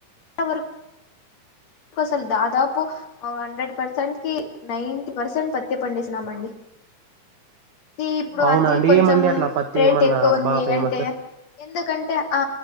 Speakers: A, on the left (about 50°); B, on the right (about 65°).
A: వరకు కు అసలు దాదాపు హండ్రెడ్ పర్సెంట్ కి నైన్టి పర్సెంట్ పత్తె పండిస్ ఉన్నామండి ఈ ఇప్పుడు
B: అవునా
A: అది
B: అండి
A: కొంచెం
B: ఏమండి అట్లా పత్తి
A: రేట్
B: ఏమన్నా
A: ఎక్కువుంది
B: బాగా ఫేమస్
A: అంటే ఎందుకంటే ఆ